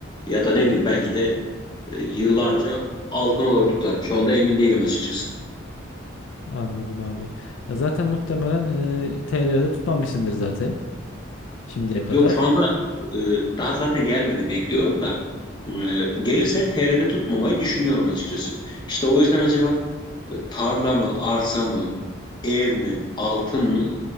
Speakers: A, on the left (about 20°); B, on the left (about 65°).
A: Ya da ne bileyim belki de e, yıllarca altın olarak tutarım. Şu anda emin değilim açıkçası.
B: Anladım abi. Ya zaten muhtemelen e, TL'de tutmamışsındır zaten şimdiye kadar.
A: Yok şu anda e, daha zaten gelmedi bekliyorum da e, gelirse TL'de tutmamayı düşünüyorum açıkçası. İşte o yüzden acaba e, tarla mı, arsa mı, ev mi, altın mı,